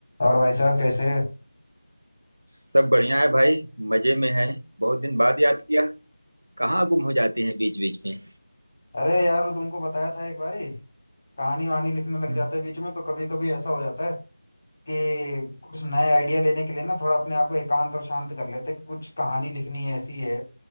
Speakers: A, on the left (about 40°); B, on the right (about 65°).
A: और भाई साहब कैसे
B: सब बढ़िया है भाई मजे में है बहुत दिन बाद याद किया कहाँ गुम हो जाते हैं बीच बीच में
A: अरे यार वो तुमको बताया था एक बारी कहानी वहानी लिखने लग
B: हम्म।
A: जाते हैं बीच में तो कभी कभी ऐसा हो जाता है कि कुछ नए आइडिया लेने के लिए ना थोड़ा अपने आप को एकांत और शांत कर लेते हैं कि कुछ कहानी लिखनी ऐसी है